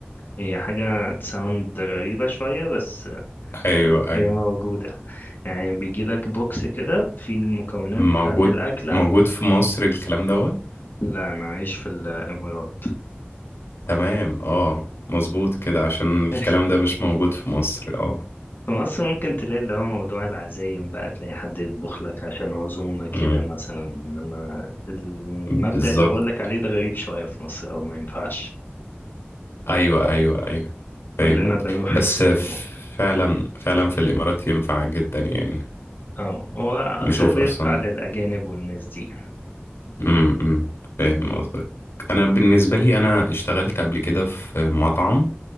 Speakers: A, on the left; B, on the left.
A: هي حاجة تساوند غريبة شوية بس
B: ايوه ايوه
A: هي موجودة يعني بيجيلك بوكس كده فيه المكونات
B: موجود
A: بتاعة الأكلة
B: موجود في مصر الكلام دوت
A: لا أنا عايش في الإمارات
B: تمام اه مظبوط كده عشان الكلام
A: <laughs>
B: ده مش موجود في مصر اه
A: في مصر ممكن تلاقي اللي هو موضوع العزايم بقى تلاقي حد يطبخ لك عشان عزومة كده
B: امم
A: مثلا إنما المبدأ
B: بالظبط
A: اللي بقولك عليه ده غريب شوية في مصر أو ما ينفعش
B: ايوه ايوه ايوه فاهم
A: كلنا
B: قصدك.
A: بنروح
B: بس
A: السوق يعني.
B: فعلا فعلا في الامارات ينفع جدا يعني
A: اه هو اكتر
B: نشوف
A: بينفع
B: اصلا
A: للاجانب والناس دي
B: امم أمم، فاهم قصدك انا بالنسبه لي انا اشتغلت قبل كده في مطعم